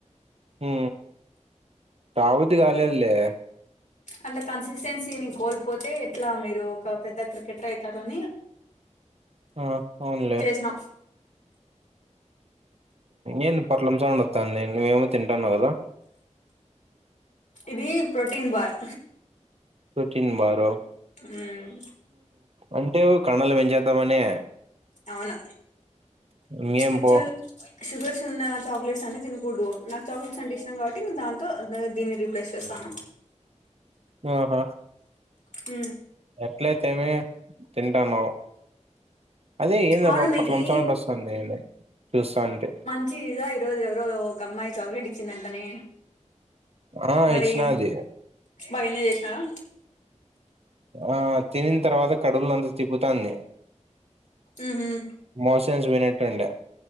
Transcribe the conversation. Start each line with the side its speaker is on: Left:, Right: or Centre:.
Right: ఊ రాబుద్ది కాలేదులే
Left: అలా కన్సిస్టెన్సీని కోల్పోతే ఎట్లా మీరు ఒక పెద్ద క్రికెటర్ అయితారని
Right: ఆ అవునులే
Left: ను
Right: ఏంది పొట్లంసౌండు వత్తాంది నువ్వేమో తింటున్నావు కదా
Left: ఇదీ ప్రోటీన్ బార్
Right: ప్రొటీన్ బారు
Left: మ్మ్
Right: అంటే కండలు పెంచేద్దామనే
Left: అవును
Right: ఇంకేం
Left: అక్చుల్
Right: పో
Left: షుగర్స్ ఉన్న చాక్లెట్స్ అన్నీ తినకూడదు నాకు చాక్లెట్స్ అంటే ఇష్టం కావ్ట్ట్ దాంతో దీన్ని రీప్లేస్ చేస్తాను
Right: ఆ హా
Left: హ
Right: ఎట్లైతేమే తింటున్నావ్ అదే ఏంది
Left: అవును
Right: బొపొట్లంసౌండ్
Left: మీకి
Right: వస్తోంది ఏంది చూస్తా అంటి
Left: మ ఇజా ఈరోజు ఎవరో ఒక అమ్మాయి చాక్లెట్ ఇచ్చిందంటనే
Right: ఆ
Left: మరీ
Right: ఇచ్చినాది
Left: బాగ ఎంజాయ్ చేసినావా
Right: ఆ తిన్నిన్ తర్వాత కడుపలో అంత తిప్పుతాంది
Left: మ్మ్ హ్మ్
Right: మోషన్స్ పోయినటుండె